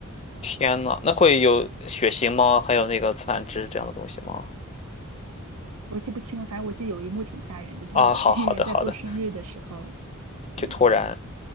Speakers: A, on the left (about 30°); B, on the right (about 85°).
A: 天呐，那会有血型吗？还有那个自然值这样的东西吗？
B: 我记不清了，反正我记得有一幕挺吓人的，就是一个人在过生日的时候，
A: 啊，好好的好的，
B: 对
A: 就突然，